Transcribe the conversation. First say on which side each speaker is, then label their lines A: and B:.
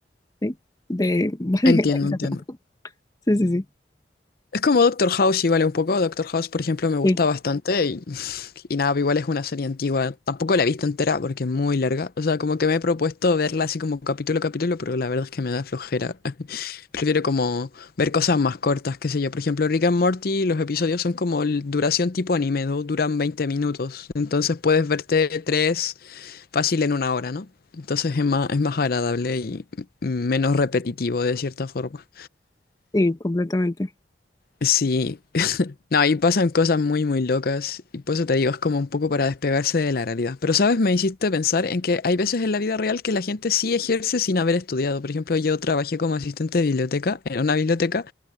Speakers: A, on the left (about 20°); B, on the left (about 55°).
A: ¿sí? De, <laughs> básicamente
B: Entiendo, entiendo.
A: eso. sí, sí, sí,
B: Es como Doctor House, igual un poco. Doctor House, por ejemplo, me gusta
A: sí,
B: bastante y, <laughs> y nada, igual es una serie antigua. Tampoco la he visto entera porque es muy larga. O sea, como que me he propuesto verla así como capítulo a capítulo, pero la verdad es que me da flojera. <laughs> Prefiero como ver cosas más cortas, qué sé yo. Por ejemplo, Rick and Morty, los episodios son como l- duración tipo anime, ¿no? Duran 20 minutos. Entonces puedes verte tres fácil en una hora, ¿no? Entonces es más, es más agradable y mm, menos repetitivo de cierta forma.
A: sí, completamente.
B: Sí, No, ahí pasan cosas muy, muy locas y por eso te digo, es como un poco para despegarse de la realidad. Pero, ¿sabes? Me hiciste pensar en que hay veces en la vida real que la gente sí ejerce sin haber estudiado. Por ejemplo, yo trabajé como asistente de biblioteca, en una biblioteca,